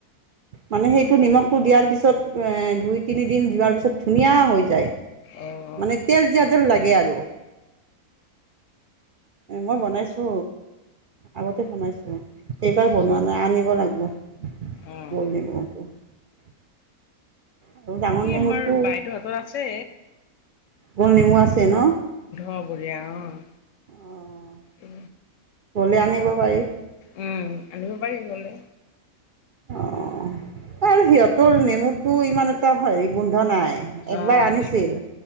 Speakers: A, on the right (about 70°); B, on the left (about 70°).
A: মানে সেইটো নিমখ ফুটটো দিয়াৰ পিছত দুই, তিনি দিন যোৱাৰ পিছত ধুনীয়া হৈ যায়।
B: অঁ
A: মানে তেল দিয়াযেন লাগে আৰু মই বনাইছো আগতে বনাইছিলো, এইবাৰ বনোৱা
B: অঁ
A: নাই আনিব লাগিব। <unintelligible>
B: অঁ
A: আৰু ডাঙৰ
B: কি
A: নেমুটো
B: আমাৰ বাইদেউহঁতৰ আছে।
A: গোল নেমু আছে ন'।
B: অ' বঢ়িয়া অ'।
A: অঁ
B: উ।
A: গ'লে আনিব পাৰি
B: উম, এনে। পাৰি গ'লে
A: অহ। আৰু সিহঁতৰ নেমুতটো ইমান এটা হেৰি গোন্ধ নাই একবাৰ
B: অঁ
A: আনিছিল।